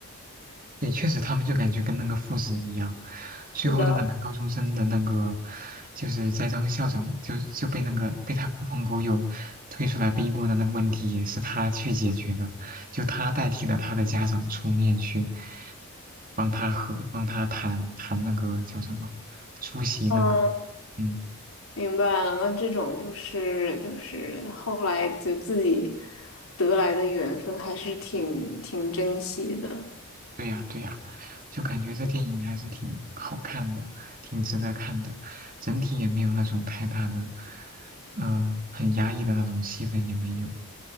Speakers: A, on the right (about 40°); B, on the left (about 65°).
A: 对，确实他们就感觉跟那个父子一样。最后那个男高中生的那个，
B: 是的，
A: 就是栽赃校长就就被那个被他狐朋狗友推出来逼锅的那个问题，也是他去解决的，就他代替了他的家长出面去帮他和帮他谈谈那个叫什么出席那个，
B: 嗯。
A: 嗯。
B: 明白了，那这种就是就是后来就自己得来的缘分，还是挺挺珍惜的。
A: 对呀，对呀，就感觉这电影还是挺好看的，挺值得看的，整体也没有那种太大的，呃，很压抑的那种气氛也没有。